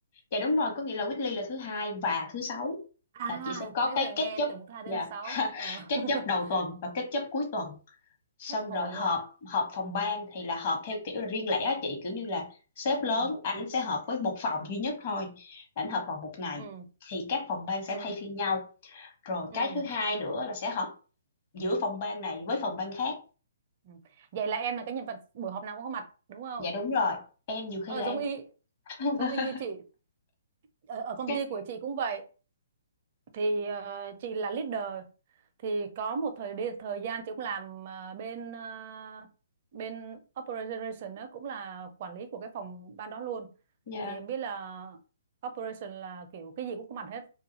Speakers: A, on the left; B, on the right.
A: dạ đúng rồi có nghĩa là weekly là thứ hai và thứ sáu
B: À,
A: là chị sẽ có
B: nãy
A: cái
B: giờ
A: catch
B: nghe
A: up
B: tưởng thứ hai đến
A: dạ
B: thứ sáu.
A: <laughs>
B: Ờ.
A: catch
B: <laughs>
A: up đầu tuần và catch up cuối tuần xong
B: Hết hồn
A: rồi họp
B: luôn.
A: họp phòng ban thì là họp theo kiểu là riêng lẻ á chị kiểu như là sếp
B: Ừ,
A: lớn ảnh sẽ họp với một phòng duy nhất thôi ảnh họp vào một ngày
B: ừ,
A: thì các phòng ban sẽ
B: ừ,
A: thay phiên nhau rồi
B: ừ.
A: cái thứ hai nữa là sẽ họp giữa phòng ban này với phòng ban khác
B: ừ. Vậy là em là cái nhân vật buổi họp nào cũng có mặt đúng không?
A: dạ đúng rồi em nhiều khi
B: Ờ
A: là
B: giống
A: em
B: y
A: <laughs>
B: giống y như chị. Ở, ở công
A: Cái,
B: ty của chị cũng vậy. thì ờ, chị là leader thì có một thời đi thời gian chị cũng làm ờ, bên ờ, bên operation đó cũng là quản lý của cái phòng ban đó luôn
A: dạ,
B: thì em biết là operation là kiểu cái gì cũng có mặt hết